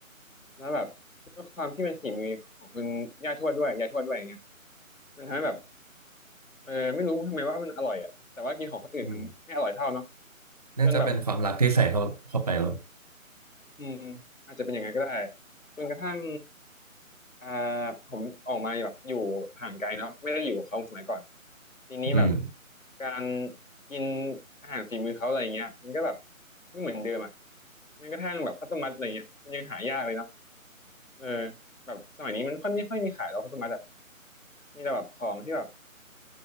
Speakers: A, on the left; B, on the right.
A: แล้วแบบด้วยความที่เป็นฝีมือของคุณย่าทวดด้วยยายทวดด้วยอย่างเงี้ยมันทำให้แบบเออไม่รู้ทำไมว่ามันอร่อยอ่ะแต่ว่ากินของคนอื่นมันไม่อร่อยเท่าเนาะ
B: อืมน่าจะเป็นความรักที่ใส่เข้าเข้าไปแล้ว
A: จนแบบ อืมอาจจะเป็นอย่างนั้นก็ได้จนกระทั่งอ่าผมออกมาแบบอยู่ห่างไกลเนาะไม่ได้อยู่กับเขาสมัยก่อนทีนี้แบบ
B: อืม
A: การกินอาหารฝีมือเขาอะไรเงี้ยมันก็แบบไม่เหมือนเดิมอ่ะแม้กระทั่งแบบข้าวต้มมัดอะไรเงี้ยมันยังหายากเลยเนาะเออแบบสมัยนี้มันค่อยไม่ค่อยมีขายแล้วข้าวต้มมัดอะมีแต่แบบของที่แบบ